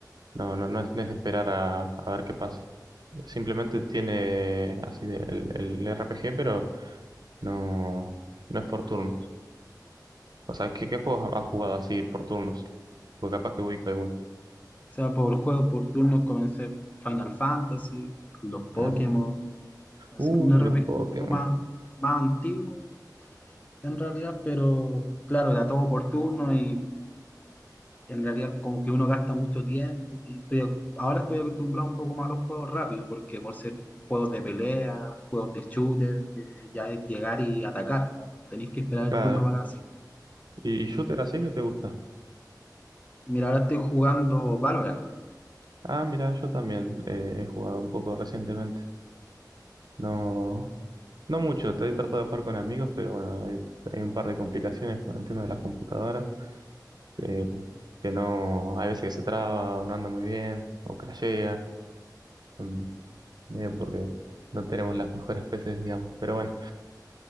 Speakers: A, on the right (about 70°); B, on the left (about 20°).
A: no, no, no es, no es esperar a, a ver qué pasa. Simplemente tiene así de- el, el RPG, pero no, no es por turnos. O sea, ¿qué, qué juegos has jugado así por turnos? Porque capaz que ubico alguno.
B: O sea, por juego por turno comencé Final Fantasy, los Pokémon.
A: Ah, mi-
B: Así,
A: uh,
B: un RPG
A: los Pokémon.
B: un poco más, más antiguo en realidad, pero claro, era todo por turno y en realidad como que uno gasta mucho tiempo. y estoy- ac- ahora estoy acostumbrado un poco más a los juegos rápidos, porque por ser juegos de pelea, juegos de shooter, que ya es llegar y atacar, ¿no? Tenéis que esperar
A: Claro.
B: el turno para hacer.
A: ¿Y shooter así que te gusta?
B: Mira, ahora estoy jugando Valorant.
A: Ah, mira, yo también eh, he jugado un poco recientemente. No, no mucho, estoy tratando de jugar con amigos, pero bueno, hay, hay un par de complicaciones con el tema de las computadoras, eh, que no, hay veces que se traba, o no anda muy bien, o crashea, mm, medio porque no tenemos las mejores peces, digamos, pero bueno,